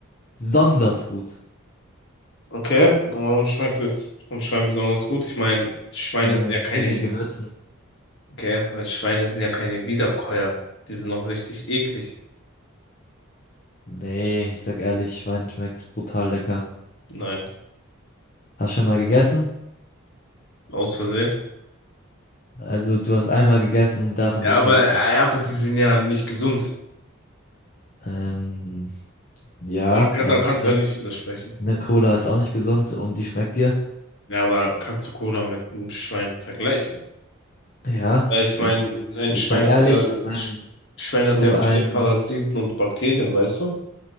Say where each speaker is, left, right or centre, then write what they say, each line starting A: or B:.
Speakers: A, on the left (about 40°); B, on the left (about 55°).
A: besonders gut.
B: Okay, warum schmeckt es vom Schwein besonders gut? Ich meine, Schweine
A: Ähm,
B: sind ja keine,
A: wegen den Gewürzen.
B: gell, weil Schweine sind ja keine Wiederkäuer. Die sind noch richtig eklig.
A: Nee, ich sag ehrlich, Schwein schmeckt brutal lecker.
B: Nein,
A: Hast schon mal gegessen?
B: aus Versehen.
A: Also, du hast einmal gegessen und davon
B: Ja,
A: urteilst
B: aber, ja,
A: du.
B: ja, aber die sind ja nicht gesund.
A: Ähm, ja,
B: Dann, dann
A: aber
B: kannst
A: ich finde,
B: du ja nicht widersprechen.
A: eine Cola ist auch nicht gesund und die schmeckt dir.
B: Ja, aber kannst du Cola mit einem Schwein vergleichen?
A: Ja,
B: Weil ich meine,
A: ich,
B: ein
A: ich
B: Schwein
A: sag ehrlich,
B: hat ja,
A: wenn
B: Sch- Schwein hat
A: du
B: ja
A: ein
B: viele Parasiten und Bakterien, weißt du?